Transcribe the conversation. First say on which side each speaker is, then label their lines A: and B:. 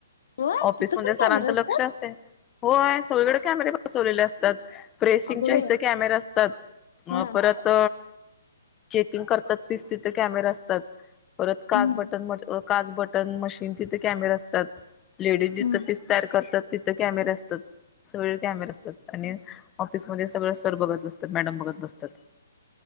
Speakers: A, on the left; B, on the left.
A: होय
B: ऑफिसमध्येध्ये
A: तिथं पण कॅमेरा
B: सरांचं
A: असतात
B: लक्ष असते होय सगळीकडे कॅमेरे बसवलेले असतात प्रेसिंगच्या
A: अगं बाई
B: इथे कॅमेरा असतात
A: हा
B: अ परत चेकिंग करतात तीच तिथे कॅमेराे असतात परत काच
A: हम्म
B: बटन काच बटन मशीन तिथे कॅमेराे असतात लेडीज जिथं
A: हम्म.
B: तयार करतात तिथं कॅमेरे असतात सगळे कॅमेर असतात आणि ऑफिसमध्ये सगळं सर बघत बसतात मॅडम बघत बसतात